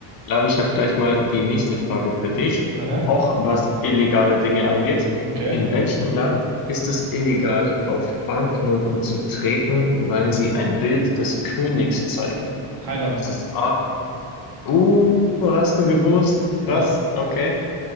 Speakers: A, on the left (about 45°); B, on the right (about 55°).
A: Lavi, ich habe gleich mal die nächste Frage für dich,
B: Aha,
A: auch was illegale Dinge angeht.
B: okay.
A: In welchem Land ist es illegal, auf Banknoten zu treten, weil sie ein Bild des Königs zeigen?
B: Thailand.
A: Ist es A? Uh, hast du gewusst? Krass,
B: Ja,
A: okay.